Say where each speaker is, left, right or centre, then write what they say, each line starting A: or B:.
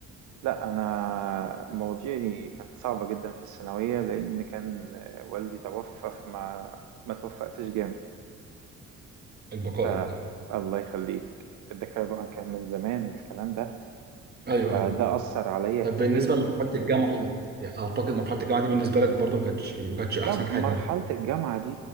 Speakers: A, on the right; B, on the right.
A: لا انا مواضيعي كانت صعبة جدا في الثانوية لان كان والدي توفى فما ما توفقتش جامد
B: البقاء
A: ف
B: لله
A: الله يخليك ده طبعا كان من زمان الكلام ده
B: ايوه
A: فده
B: ايوه
A: أثر عليا
B: طب
A: كتير
B: بالنسبه لمرحله الجامعه يعني اعتقد مرحله الجامعه دي بالنسبه لك برضو ما كانتش ما كانتش احسن
A: لا مرحلة
B: حاجه
A: الجامعة دي